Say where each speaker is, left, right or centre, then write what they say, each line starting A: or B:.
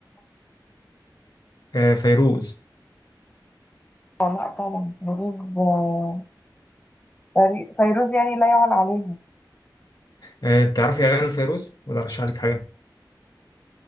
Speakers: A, on the left (about 60°); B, on the left (about 20°).
A: آه فيروز
B: والله طبعا فيروز آه، فري- فيروز يعني لا يعلى عليها
A: آه تعرفي اغاني فيروز ولا ارشح لك حاجه